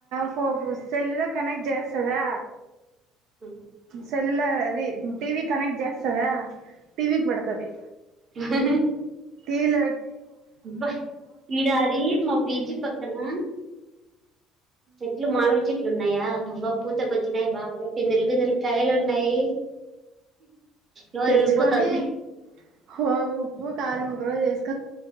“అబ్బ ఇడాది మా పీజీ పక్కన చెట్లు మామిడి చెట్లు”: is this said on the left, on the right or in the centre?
Right